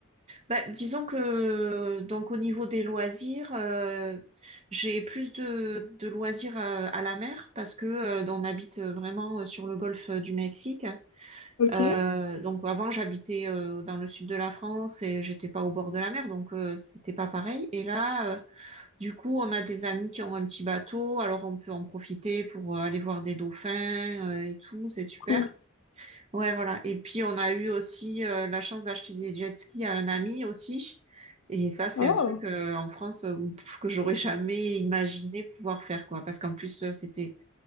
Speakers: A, on the right (about 30°); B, on the left (about 80°).
A: Bah, disons que donc au niveau des loisirs, euh, j'ai plus de, de loisirs à, à la mer parce que euh, on habite euh, vraiment euh, sur le golfe euh, du Mexique.
B: Ok,
A: Euh, donc avant, j'habitais euh, dans le sud de la France et j'étais pas au bord de la mer, donc euh, c'était pas pareil. Et là, euh, du coup, on a des amis qui ont un petit bateau, alors on peut en profiter pour euh, aller voir des dauphins euh, et tout, c'est super.
B: cool.
A: Ouais, voilà. Et puis on a eu aussi euh, la chance d'acheter des jet skis à un ami aussi. Et ça, c'est
B: Oh,
A: un truc euh, en France euh, pff, que j'aurais jamais imaginé pouvoir faire, quoi. Parce qu'en plus, euh, c'était